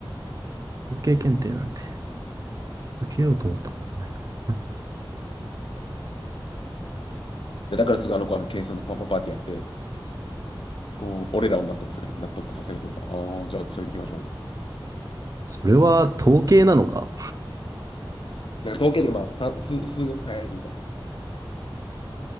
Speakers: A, on the right; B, on the left.
A: 統計検定なんて受けようと思ったことないかもかんない。
B: でだからすぐあの子あの計算とかパッパッパーってやって、こう、俺らを納得する、納得させるというか、ああ、じゃあそれでいきましょう、ね
A: それは統計なのか
B: なんか統計というか、まあ、算数、数学変えないというか。